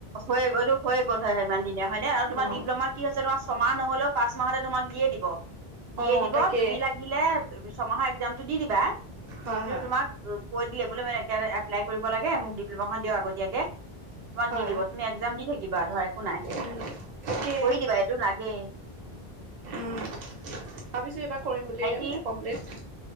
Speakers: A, on the right (about 75°); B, on the right (about 45°).
A: হৈ গল হৈয় গ'ল হয় স ইমান দিনে হয়নে আৰু তোমাৰ
B: অ',
A: ডিপ্ল'মা কি হৈছে তোমাৰ ছমাহ নহলেও পাঁচ মাহতে তোমাক দিয়ে দিব দিয়ে
B: অ',
A: দিব
B: তাকে
A: তুমি লাগিলে ছমাহৰ একজাম টো দি দিবা
B: হয়,
A: কিন্তু
B: হয়,
A: তোমাক কৈ দিলে বোলে মে এপ্লাই কৰিব লাগে মোক দি আগতীয়াকে তোমাক
B: হয়,
A: দি দিব তুমি একজাম দি থাকিবা ধৰা একো নাই
B: উম। তাকে
A: কৰি দিবা এইটো লাগেই <inaudible>
B: ভাবিছোঁ এইবাৰ কৰিম বুলিয়
A: ভাইটি
B: কমপ্লেট